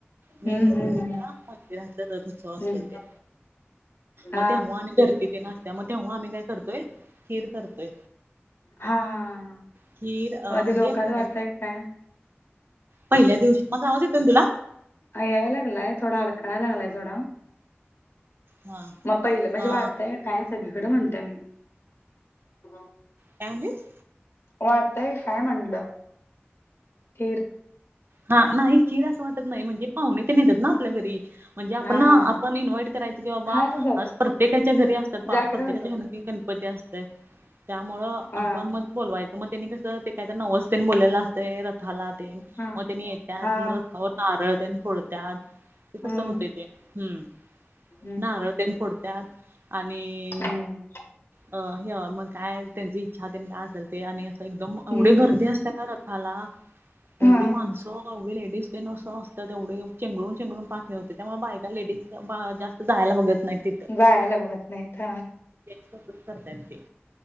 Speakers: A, on the right; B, on the left.
A: मेन
B: हम्म
A: गणपतीचा
B: हम्म
A: मंदिरातलं रथोत्सव असत
B: हम्म
A: ते
B: हा
A: मग तेव्हा आणी गदीॅ त्यन असत्या मग तेव्हा आम्ही काय करतोय खीर करतोय.
B: हा हा
A: खीर अ
B: मध्ये
A: म्हणजे
B: लोकांना
A: पहिल्या
B: वाटतय काय
A: पहिल्या दिवशी माजा आवाज येतोय ना तुला
B: ह यायला लागलाय थोडा अडकळायला लागलाय थोडा
A: हा
B: मग पहिलं
A: अ
B: म्हणजे वाढतय का काय सगळीकडे म्हणतय मी अ
A: काय म्हणलीस
B: वाटतय काय म्हटलं खीर
A: हा नाही खिर असं वाटत नाही म्हणजे पाहुणे तेन येतात ना आपल्या घरी म्हणजे आपण
B: हा
A: ना
B: हा हा
A: आपण इन्व्हाइट करायच कि बाबा
B: हा असच जातो
A: प्रत्येकाच्या घरी असतात
B: जाकेट
A: प्रत्येकाच्या
B: घालतो वर
A: घरी गणपती असतय त्यामुळं
B: हा
A: आपण मग बोलवायचं मग त्यानी कसं ते काहीतर नवस त्यन बोललेलं असतंय रथाला ते.
B: हा
A: त्यांनी येत्यात
B: हा
A: रथावर नारळ त्यन फोडत्यात ते तसं
B: हम्म
A: होतय ते हम्म.
B: हम्म
A: नारळ तेन फोडत्यात आणि
B: हम्म
A: अ हे मग काय त्यांची इच्छा त्यन काय असत् ते आणि असं एकदम एवढे
B: हम्म
A: गर्दी
B: हम्म
A: असते ना रथाला.
B: हा
A: एवढी माणसं एवढी लेडीज त्यन असं असतात तेवढे चेंगरून चेंगरुन पार होते त्यामुळे बायका लेडीज जास्त जायला बघत नाहीत तिथं
B: जायला बघत नाहीत
A: करताय ते